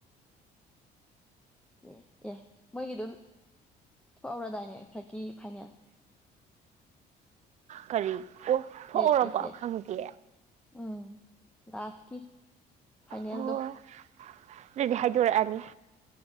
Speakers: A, in the centre; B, on the right.
A: ꯑꯦ ꯑꯦ ꯃꯣꯏꯒꯤꯗꯨ ꯊꯣꯛꯍꯧꯔꯗꯥꯏꯅꯦ ꯈꯔꯛꯀꯤ ꯐꯥꯏꯅꯦꯜ?
B: ꯀꯔꯤ? ꯑꯣ
A: ꯁ꯭ꯂꯦꯠꯀꯤ
B: ꯊꯣꯛꯎꯔꯕꯣ
A: ꯁ꯭ꯂꯦꯠꯀꯤ
B: ꯈꯪꯗꯦ꯫
A: ꯎꯝ ꯂꯥꯁꯀꯤ꯫ ꯐꯥꯏꯅꯦꯜꯗꯣ꯫
B: ꯑꯣ ꯑꯗꯨꯗꯤ ꯍꯥꯏꯗꯣꯔꯛꯑꯅꯤ꯫